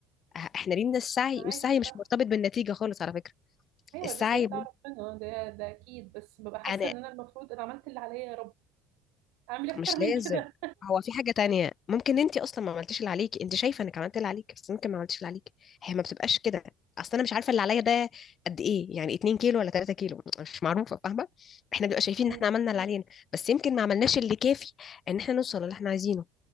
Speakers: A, on the left; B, on the right.
A: احنا لينا السعي
B: معاكي
A: والسعي مش
B: صح
A: مرتبط بالنتيجه خالص على فكره
B: ايوه
A: السعي
B: الرزق بتاع ربنا ده ده اكيد بس ببقى حاسه
A: انا
B: ان انا المفروض انا عملت اللي عليا يا رب اعمل اكتر
A: مش
B: من
A: لازم
B: كده
A: هو في حاجة تانية ممكن انت اصلا ما عملتيش اللي عليكي انت شايفة انك عملت اللي عليكي بس ممكن ما عملتيش اللي عليكي هي ما بتبقاش كده اصل انا مش عارفة اللي عليا ده قد ايه يعني 2 كيلو ولا 3 كيلو مش معروفة فاهمة احنا بنبقى شايفين
B: مم.
A: ان احنا عملنا اللي علينا بس يمكن ما عملناش اللي كافي ان احنا نوصل اللي احنا عايزينه